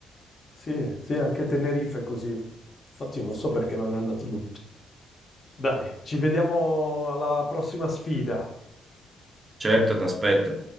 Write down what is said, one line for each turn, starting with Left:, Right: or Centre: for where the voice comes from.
Left: Sì, sì, anche Tenerife è così. Infatti non so perché non è andato lì. Dai, ci vediamo alla prossima sfida.
Right: Certo, ti aspetto.